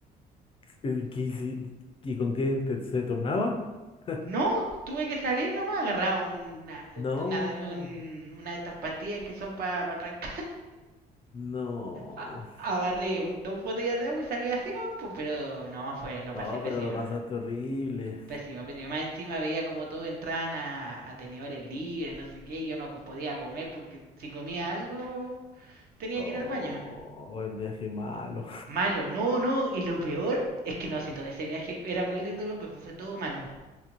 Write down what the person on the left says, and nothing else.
¿Y, qué hici- y con quién te- se tornaban? <laughs>
No,
no.
Oh,
pero lo pasaste horrible.
Oh,
el viaje malo.